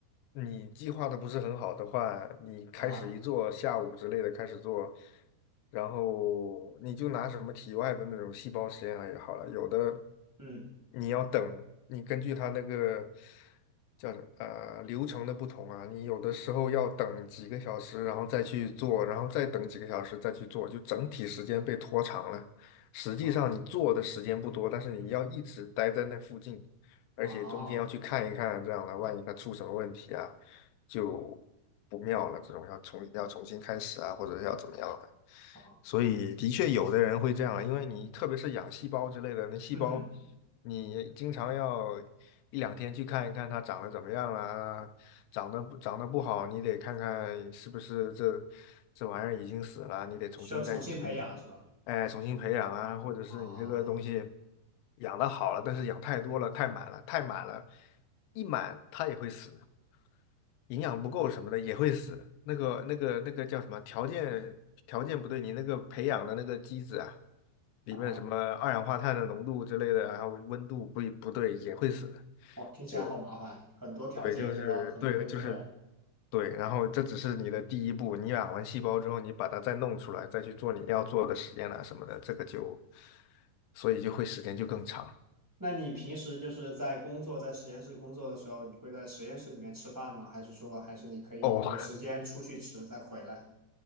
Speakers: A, on the left; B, in the centre.
A: 你计划的不是很好的话，你开始一做，
B: 啊哈，
A: 下午之类的开始做，然后你就拿什么体外的那种细胞实验来也好了，有的
B: 嗯，
A: 你要等，你根据它那个叫什呃流程的不同啊，你有的时候要等几个小时，然后再去做，然后再等几个小时再去做，就整体时间被拖长了。实际上你做的时间不多，
B: 啊
A: 但是你要一直待在那附近。而且中间要去看一看，
B: 啊
A: 这样的万一它出什么问题啊，就不妙了。这种要重要重新开始啊，或者是要怎么样的。
B: 啊，
A: 所以的确有的人会这样啊因为你特别是养细胞之类的，那细胞
B: 嗯哼，
A: 你经常要一两天去看一看它长得怎么样啦，长得不长得不好，你得看看是不是这这玩意儿已经死了，你得重新再移。
B: 需要重新培养是吧？
A: 哎，重新培养啊，或者是你这个东西
B: 啊
A: 养的好了，但是养太多了，太满了，太满了，一满它也会死，营养不够什么的也会死。那个、那个、那个叫什么？条件条件不对，你那个培养的那个机子啊，里面什么二氧化碳的浓度之类的，
B: 啊哈，
A: 然后温度不不对也会死。
B: 哇，听起来好麻烦，
A: 就
B: 很多条件都要很苛刻呀。
A: 对，就是对，就是。对，然后这只是你的第一步，你养完细胞之后，你把它再弄出来，再去做你要做的实验啊什么的，这个就，所以就会时间就更长。
B: 那你平时就是在工作，在实验室工作的时候，你会在实验室里面吃饭吗？还是说，还是你可以有时间出去吃再回来？
A: 哦，